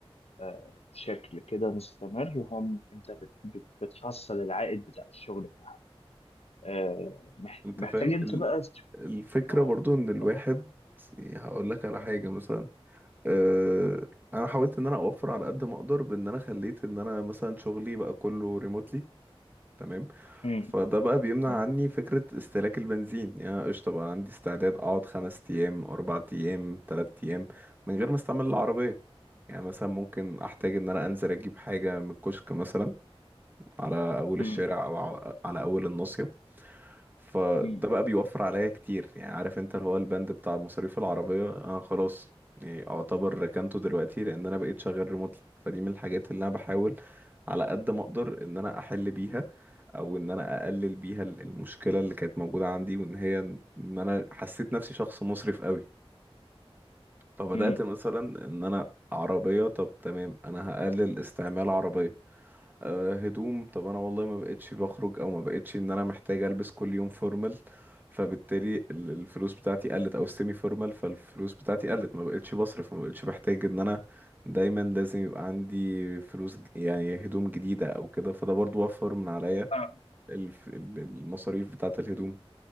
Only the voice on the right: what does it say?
انت
فاهم
ال-
الفكرة
برضو ان الواحد يعني هقول لك على حاجة مثلا أه انا حاولت ان انا اوفر على قد ما اقدر بان انا خليت ان انا مثلا شغلي بقى كله ريموتلي تمام
فده بقى بيمنع
عني فكرة استهلاك البنزين يعني أنا قشطة بقى عندي استعداد اقعد خمس ايام اربع ايام تلات ايام من غير ما استعمل العربية يعني مثلا ممكن احتاج ان انا انزل اجيب حاجة من الكشك مثلا على اول الشارع
او على اول الناصية فده
بقى بيوفر عليا كتير يعني عارف انت اللي هو البند بتاع مصاريف العربية انا خلاص يعني اعتبر ركنته دلوقتي لان انا بقيت شغال ريموتلي فدي من الحاجات اللي انا بحاول على قد ما اقدر ان انا احل بيها او ان انا اقلل بيها ال- المشكلة اللي كانت موجودة عندي وان هي ان انا حسيت نفسي شخص مسرف قوي فبدأت
مثلا ان انا عربية طب تمام انا هقلل استعمال عربية آه، هدوم طب انا والله ما بقتش بخرج او ما بقتش ان انا محتاج البس كل يوم فورمال فبالتالي ال- الفلوس بتاعتي قلت او السيمي فورمال فالفلوس بتاعتي قلت ما بقتش بصرف ما بقتش بحتاج ان انا دايما لازم يبقى عندي فلوس ج- يعني هدوم جديدة او كده فده برضو وفر من عليا
الف- ال- المصاريف بتاعة الهدوم